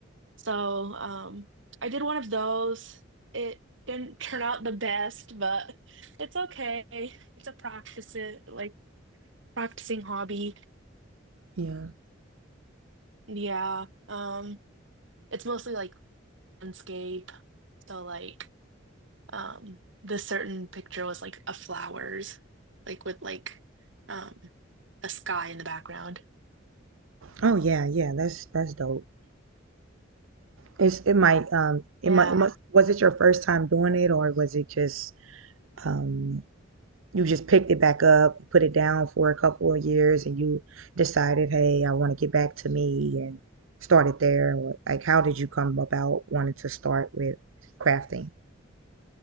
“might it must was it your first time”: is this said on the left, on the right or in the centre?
Right